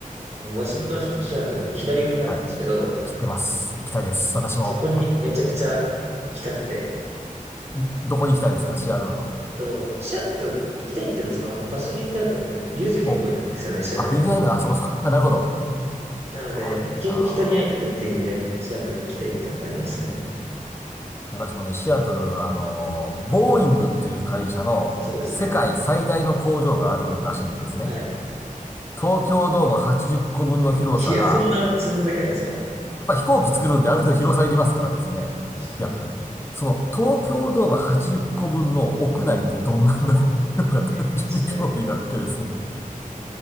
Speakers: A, on the right; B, on the left.
A: あの、ワシントン州のシアトル、左上にあるんですけど、
B: はい、知ってます。行きたいです。
A: そこ、
B: 私も。
A: そこにめちゃくちゃ行きたくて、
B: <laughs> どこに行きたいですかシアトルの。
A: と、シアトル行きたいっていうのはその、場所に行きたいわけじゃなくて、友人が結構いるんですよね、
B: お
A: シアトルに。
B: あ、ユニアイル、あ、そうかそうか。<laughs> なるほど。
A: なので、
B: ああ、いいな
A: 結構人に会いに行くっていう意味で、
B: あ。
A: シアトル行きたいっていうのがありますね。
B: 私もね、シアトル、あの、ボーイングっていう会社の世界最大の工場があるらしいんですね。
A: そうですね。はい。
B: 東京ドーム80個分の広さが、
A: いや、そんな、そんなでかいんですか
B: やっぱ飛行機作るんである程度広さいりますからですね。
A: 確かに。
B: いや、その東京ドーム80個分の屋内ってどんなんだろうっていうのか単純に興味があってですね。
A: 確かに。え